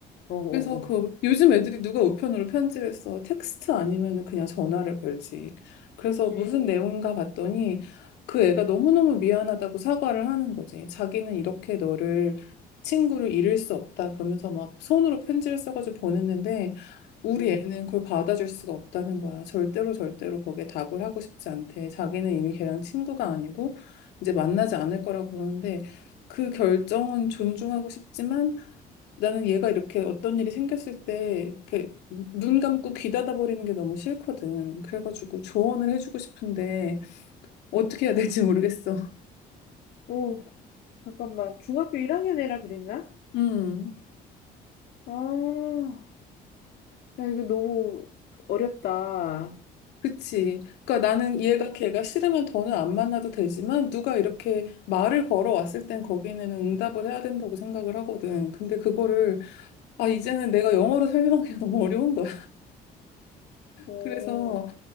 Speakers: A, on the left; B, on the left.
A: 어, 어,
B: 그래서
A: 어.
B: 그 요즘 애들이 누가 우편으로 편지를 써 텍스트 아니면은 그냥 전화를 걸지. 그래서
A: 그치.
B: 무슨 내용인가 봤더니 그 애가 너무너무 미안하다고 사과를 하는 거지. 자기는 이렇게 너를 친구를 잃을 수 없다 그러면서 막 손으로 편지를 써가지고 보냈는데 우리
A: 응.
B: 애는 그걸 받아줄 수가 없다는 거야. 절대로 절대로 거기에 답을 하고 싶지 않대. 자기는 이미 걔랑 친구가 아니고 이제 만나지 않을 거라고 그러는데 그 결정은 존중하고 싶지만 나는 얘가 이렇게 어떤 일이 생겼을 때 이렇게 눈 감고 귀 닫아버리는 게 너무 싫거든. 그래가지고 조언을 해주고 싶은데 어떻게 해야 될지 모르겠어.
A: 오, 잠깐만. 중학교 1학년 애라 그랬나?
B: 음,
A: 아, 야, 이거 너무 어렵다.
B: 그치. 그러니까 나는 얘가 걔가 싫으면 더는 안 만나도 되지만 누가 이렇게 말을 걸어왔을 땐 거기는 응답을 해야 된다고 생각을 하거든. 근데 그거를 아, 이제는 내가 영어로 설명하기가 너무 어려운 거야.
A: 어,
B: 그래서